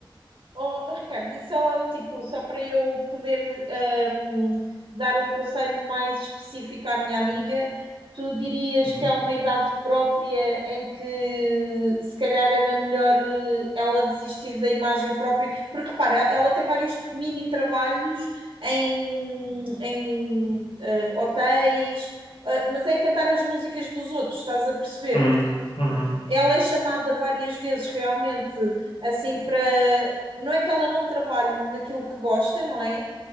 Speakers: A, on the right (about 80°); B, on the left (about 75°).
A: Oh, oh, Ricardo, e só, tipo, só para eu poder ahm, dar um conselho mais específico à minha amiga, tu dirias
B: Uhum,
A: que há uma idade própria em que se calhar era melhor eh, ela desistir da imagem própria, porque repara, ela, ela tem vários mini trabalhos em, em eh, hotéis, eh, mas é cantar as músicas dos outros, estás a perceber?
B: Uhum, uhum,
A: ela é chamada várias vezes realmente assim para. Não é que ela não trabalhe naquilo que gosta, não é?